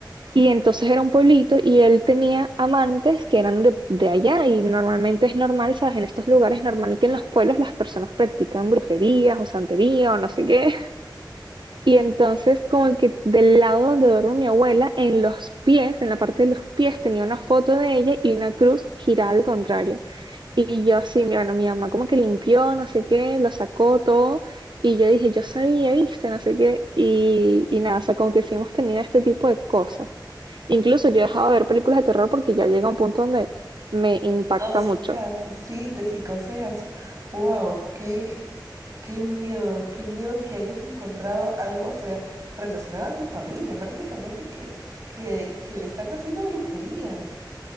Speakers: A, on the right; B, on the right.
A: Y entonces era un pueblito y él tenía amantes que eran de, de allá y normalmente es normal, ¿sabes? En estos lugares es normal que en los pueblos las personas practican brujerías o santería o no sé qué. <laughs> Y entonces como que del lado donde duerme mi abuela, en los pies, en la parte de los pies tenía una foto de ella y una cruz girada al contrario. Y yo sí, mi- bueno, mi mamá como que limpió, no sé qué, lo sacó todo. Y yo dije, yo sabía, viste, no sé qué. Y, y nada, o sea, como que sí hemos tenido este tipo de cosas. Incluso yo he dejado de ver películas de terror porque ya llega un punto donde me impacta
B: Psicoseas,
A: mucho.
B: sí, te psicoseas. Wow, qué, qué miedo, qué miedo que hayas encontrado algo, o sea, relacionado a tu familia, prácticamente que, que, que le están haciendo brujería.